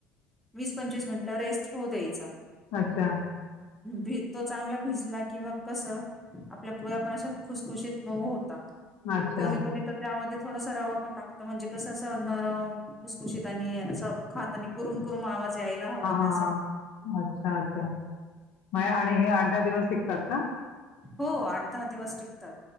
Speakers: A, in the centre; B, on the left.
A: वीस पंचवीस मिनिटं रेस्ट होऊ द्यायचा
B: अच्छा
A: भी तो चांगला भिजला की मग कसं आपल्या पुऱ्यापणाशा खुसखुशीत नऊ होता
B: अच्छा
A: कोणी कोणी तर त्यामध्ये थोडसा रवा पण टाकत म्हणजे कसं अस नरम खुसखुशीत आणि असं खात आणि करुम करुम आवाज यायला हवा
B: हा हा
A: त्यासाठी
B: हा अच्छा अच्छा म आणि हे आठ दा दिवस टिकतात का
A: हो आठ दहा दिवस टिकतात